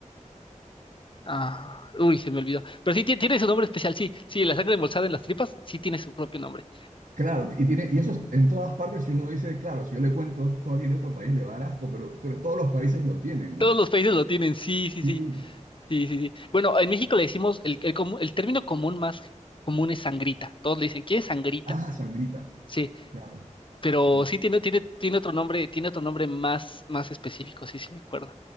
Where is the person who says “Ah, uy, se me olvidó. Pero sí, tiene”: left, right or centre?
Left